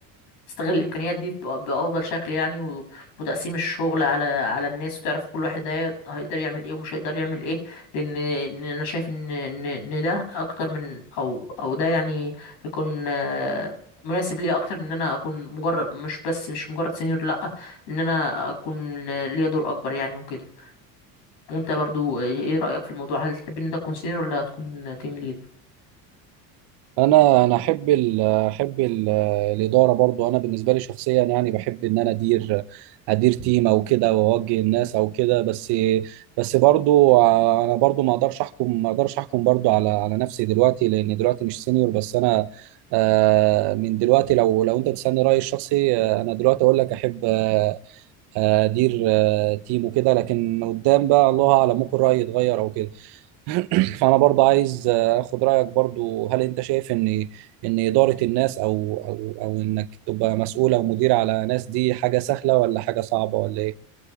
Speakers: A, on the left; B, on the right.
A: تستغل الامكانيات دي بأ- بافضل شكل يعني و... وتقسيم الشغل على على الناس وتعرف كل واحد هي- هيقدر يعمل ايه ومش هيقدر يعمل ايه لان إن انا شايف ان ان إن ده اكتر من او او ده يعني يكون آه، مناسب ليا اكتر من ان انا اكون مجرد مش بس مش مجرد سenior لا ان انا اكون ليا دور اكبر يعني وكده وانت برضو آه، ايه رأيك في الموضوع هل تحب ان انت تكون سenior ولا تكون تيم ليدر
B: انا انا احب ال احب ال الاداره برضو انا بالنسبه لي شخصيا يعني بحب ان انا ادير ادير تيم او كده واوجه الناس او كده بس بس برضو ع- انا برضو ما اقدرش احكم ما اقدرش احكم برضو على على نفسي دلوقتي لان دلوقتي مش سينيور بس انا آه، من دلوقتي لو لو انت تسالني رايي الشخصي آه، انا دلوقتي اقول لك احب آه، آه، ادير آه، تيم وكده لكن قدام بقى الله اعلم ممكن رايي يتغير او كده <clears throat> فانا برضه عايز اخد رايك برضه هل انت شايف ان ان اداره الناس او او او انك تبقى مسؤول او مدير على ناس دي حاجه سهله ولا حاجه صعبه ولا ايه